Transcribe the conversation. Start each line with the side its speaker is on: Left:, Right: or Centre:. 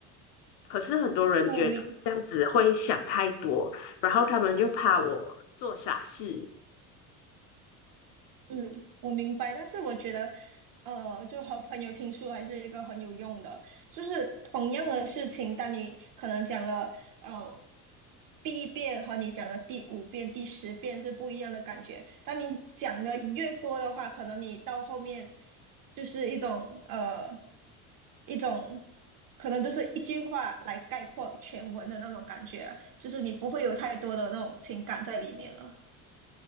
Left: 可是很多人觉得这样子会想太多，
Right: 不明
Left: 然后他们就怕我做傻事
Right: 嗯，我明白，但是我觉得，呃，就和朋友倾诉还是一个很有用的。就是同样的事情，当你可能讲了，呃，第一遍和你讲了第五遍、第十遍是不一样的感觉。当你讲的越多的话，可能你到后面就是一种呃，一种可能就是一句话来概括全文的那种感觉，就是你不会有太多的那种情感在里面了。